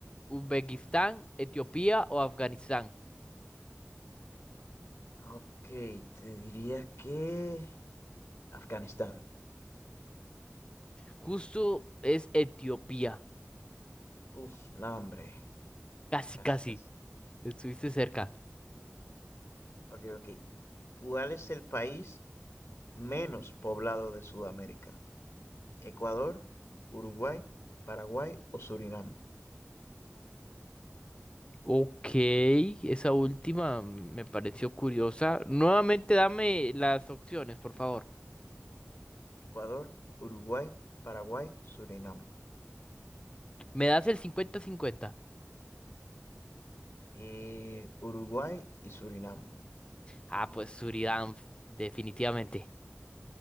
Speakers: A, on the left; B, on the left.
A: Uzbekistán, Etiopía o Afganistán.
B: ok, te diría que Afganistán.
A: Justo es Etiopía.
B: Uf, no, hombre,
A: Casi,
B: casi,
A: casi.
B: casi.
A: Estuviste cerca.
B: Ok, ok. ¿Cuál es el país menos poblado de Sudamérica? ¿Ecuador, Uruguay, Paraguay o Surinam?
A: Ok, esa última me pareció curiosa. Nuevamente dame las opciones, por favor.
B: Ecuador, Uruguay, Paraguay, Surinam.
A: ¿Me das el 50-50?
B: Eh, Uruguay y Surinam.
A: Ah, pues Surinam, definitivamente.